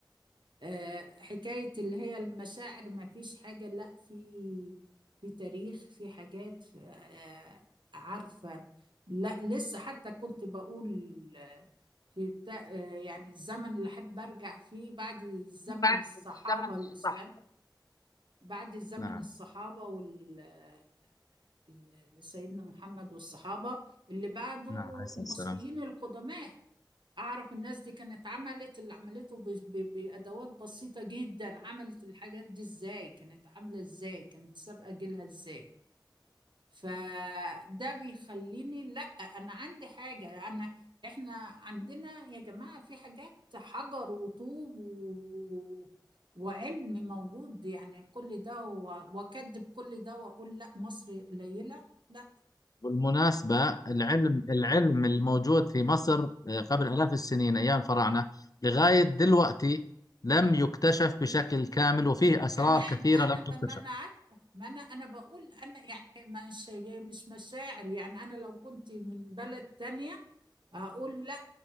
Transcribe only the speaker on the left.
دي بقى
كانت الزمن
الصح
نعم
نعم عليه الصلاة
والسلام
بالمناسبة العلم العلم الموجود في مصر آه، قبل آلاف السنين أيام الفراعنة لغاية دلوقتي لم يكتشف بشكل كامل وفيه أسرار
كثيرة
لم
تكتشف